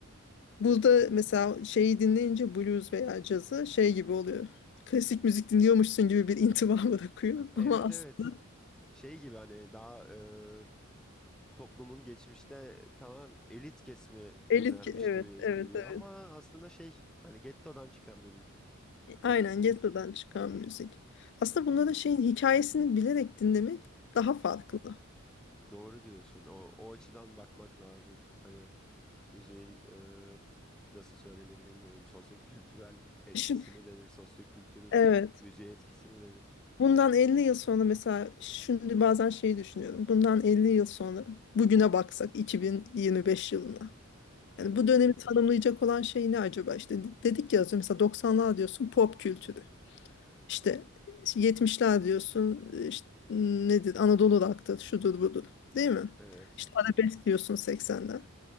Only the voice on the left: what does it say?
Burada mesela şeyi dinleyince blues veya cazı şey gibi oluyor. Klasik müzik dinliyormuşsun gibi bir intiba <laughs> bırakıyor.
Ama aslında
elit ki evet
evet
evet.
Aynen
ghetto'dan çıkan müzik. Aslında bunların şeyin hikayesini bilerek dinlemek daha farklı.
Düşün,
evet.
Bundan 50 yıl sonra mesela şimdi bazen şeyi düşünüyorum. Bundan 50 yıl sonra bugüne baksak 2025 yılına.
Yani bu dönemi tanımlayacak olan şey ne acaba? İşte dedik ya az önce mesela doksanlar diyorsun pop kültürü. İşte işte yetmişler diyorsun, işte nedir Anadolu rock'tır, şudur budur değil mi?
İşte arabesk diyorsun 80'den.